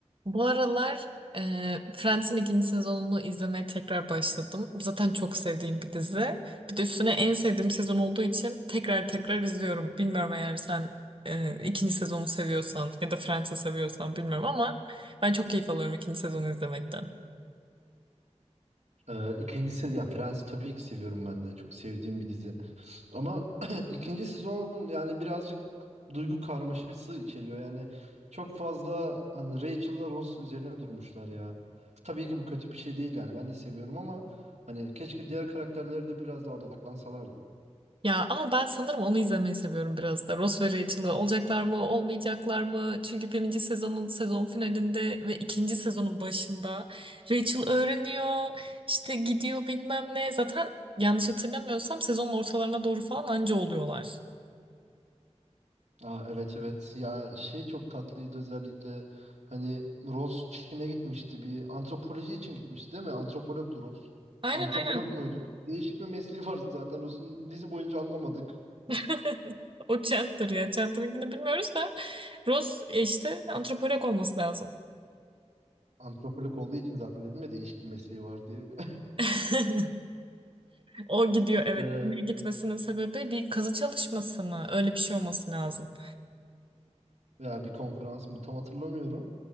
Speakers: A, on the right (about 45°); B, on the right (about 80°).
A: Bu aralar e, Friends'in ikinci sezonunu izlemeye tekrar başladım. Zaten çok sevdiğim bir dizi. Bir de üstüne en sevdiğim sezon olduğu için tekrar tekrar izliyorum. Bilmiyorum eğer sen e, ikinci sezonu seviyorsan ya da Friends'i seviyorsan bilmiyorum ama ben çok keyif alıyorum ikinci sezonu izlemekten.
B: Ee, ikinci ya Friends tabii ki seviyorum ben de çok sevdiğim bir dizi ama <clears throat> ikinci sezon yani birazcık duygu karmaşası içeriyor yani çok fazla hani Rachel'la Ross üzerine durmuşlar ya tabii ki bu kötü bir şey değil yani ben de seviyorum ama hani keşke diğer karakterlere de biraz daha odaklansalardı.
A: Ya ama ben sanırım onu izlemeyi seviyorum biraz da. Ross ve Rachel'ı olacaklar mı, olmayacaklar mı? Çünkü birinci sezonun sezon finalinde ve ikinci sezonun başında Rachel öğreniyor, işte gidiyor bilmem ne. Zaten yanlış hatırlamıyorsam sezonun ortalarına doğru falan anca oluyorlar.
B: Aa, evet evet ya şey çok tatlıydı özellikle hani Ross Çin'e gitmişti bir antropoloji için gitmişti değil mi? Antropologtu Ross.
A: Aynen
B: Antropolog
A: aynen.
B: muydu? Değişik bir mesleği var zaten Ross'un dizi boyunca anlamadık.
A: <laughs> O Chandler ya. Chandler'ınkini bilmiyoruz da Ross e, işte antropolog olması lazım.
B: Antropolog olduğu için zaten dedim ya değişik bir mesleği var diye. <laughs>
A: <laughs> O gidiyor evet.
B: Ee,
A: Gitmesinin sebebi bir kazı çalışması mı? Öyle bir şey olması lazım.
B: veya bir konferans mı tam hatırlamıyorum.